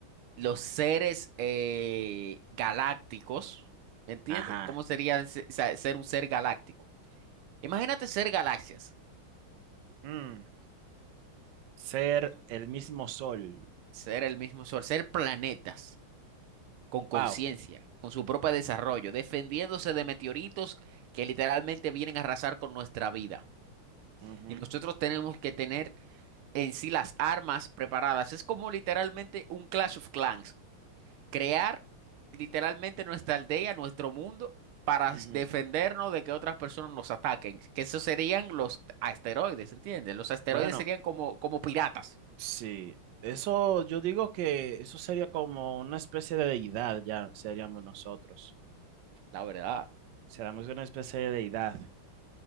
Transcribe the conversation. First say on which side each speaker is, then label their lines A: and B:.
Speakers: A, on the right; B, on the right.
A: los seres eh, galácticos? ¿Entiendes?
B: ajá.
A: ¿Cómo sería se- sa- ser un ser galáctico? Imagínate ser galaxias,
B: Mm, ser el mismo sol.
A: ser el mismo sol, ser planetas. con conciencia,
B: Wow.
A: con su propio desarrollo, defendiéndose de meteoritos que literalmente vienen a arrasar con nuestra vida.
B: Ujú,
A: Y nosotros tenemos que tener en sí las armas preparadas. Es como literalmente un Clash of Clans. Crear literalmente nuestra aldea, nuestro mundo, para
B: ujú.
A: defendernos de que otras personas nos ataquen. Que esos serían los asteroides, ¿entiendes? Los asteroides
B: Bueno,
A: serían como, como piratas,
B: Sí, eso yo digo que eso sería como una especie de deidad, ya seríamos nosotros.
A: la verdad.
B: Seríamos una especie de deidad.